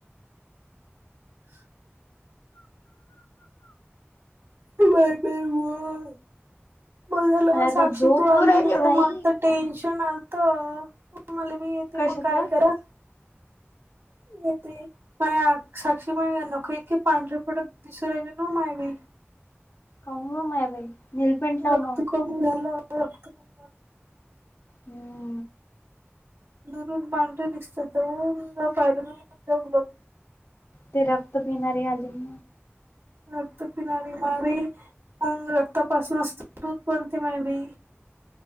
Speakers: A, on the right (about 65°); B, on the left (about 80°).
A: <inaudible> बाय... बाई... मघ झालं.
B: मला आता
A: साक्षी
B: झोप
A: तू
B: येऊ
A: आली. नाही तर, मग
B: राहिली
A: तर... टेन्शन आलत. मला बी येते
B: कशाच
A: मग काय करा. य ते पाय साक्षी मा नक, इतके पांढरेपटक दिसू राहिले ना मायवी.
B: हंग... माय बाई. नीलपेंट लाव
A: रक्त
B: मग
A: कमी झालं. रक्त क <inaudible>
B: हम्म....
A: दुरून मांढरी दिसत. पा दित
B: ते रक्त पिणारी <inaudible> आलीिम
A: रक्त पिणारवी माझग रक्तापासूनचते दूध बनते <inaudible> मा बी